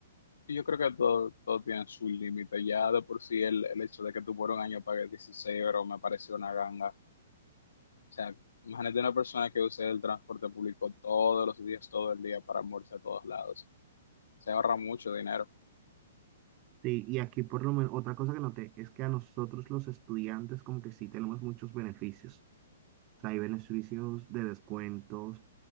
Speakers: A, on the left (about 80°); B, on the right (about 35°).
A: Y yo creo que todo, todo tiene su límite. Ya de por sí el, el hecho de que tú por un año pagues 16 euros me parece una ganga. O sea, imagínate una persona que use el transporte público todos los días, todo el día para moverse a todos lados. Se ahorra mucho dinero.
B: Sí, y aquí por lo menos otra cosa que noté es que a nosotros los estudiantes como que sí tenemos muchos beneficios. O sea, hay beneficios de descuentos,